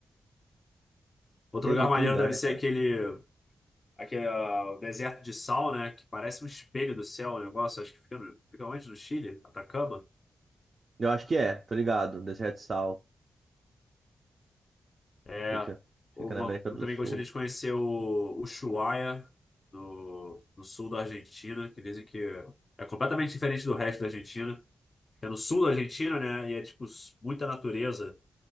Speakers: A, on the left (about 40°); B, on the right (about 50°).
A: Outro
B: Tem
A: lugar
B: muito
A: maneiro
B: lugar,
A: deve
B: né,
A: ser
B: cara?
A: aquele... Aquele, ah, o deserto de sal, né? Que parece um espelho do céu, o negócio. Acho que fica, no- fica onde? No Chile? Atacama?
B: Eu acho que é, tô ligado. Deserto de Sal.
A: É,
B: Fica, fica
A: uma-
B: na América
A: eu
B: do
A: também
B: Sul.
A: gostaria de conhecer o Ushuaia, no, no sul da Argentina, que dizem que é completamente diferente do resto da Argentina. É no sul da Argentina, né? E é, tipo, s- muita natureza.